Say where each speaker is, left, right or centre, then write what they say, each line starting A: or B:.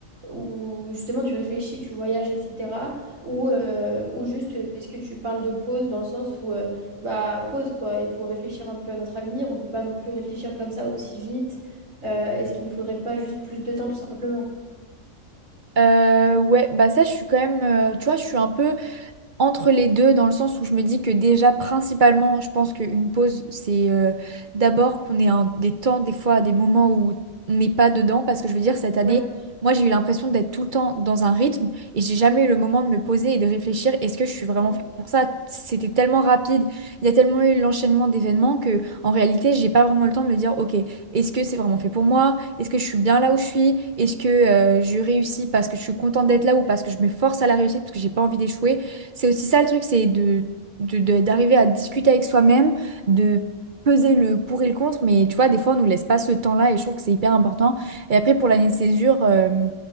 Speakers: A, on the right; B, on the right.
A: où justement tu réfléchis, tu voyages, etc. Ou, euh, ou juste euh, est-ce que tu parles de pause dans le sens où euh, bah pause quoi, il faut réfléchir un peu à notre avenir, on peut pas non plus réfléchir comme ça aussi vite. Euh, est-ce qu'il ne faudrait pas juste plus de temps tout simplement?
B: Euh, ouais, bah ça je suis quand même, euh, tu vois, je suis un peu, entre les deux, dans le sens où je me dis que déjà, principalement, je pense qu'une pause, c'est euh, d'abord qu'on ait un- des temps, des fois, des moments où on n'est pas dedans, parce que je veux dire, cette année,
A: Ouais,
B: moi, j'ai eu l'impression d'être tout le temps dans un rythme et j'ai jamais eu le moment de me poser et de réfléchir, est-ce que je suis vraiment
A: ouais,
B: faite pour ça? C'était tellement rapide, il y a tellement eu l'enchaînement d'événements que, en réalité, j'ai pas vraiment le temps de me dire, ok, est-ce que c'est vraiment fait pour moi? Est-ce que je suis bien là où je suis? Est-ce que euh, je réussis parce que je suis contente d'être là ou parce que je me force à la réussite parce que j'ai pas envie d'échouer? C'est aussi ça le truc, c'est de, de- de- d'arriver à discuter avec soi-même, de peser le pour et le contre, mais tu vois, des fois, on nous laisse pas ce temps-là et je trouve que c'est hyper important. Et après, pour l'année de césure, euh,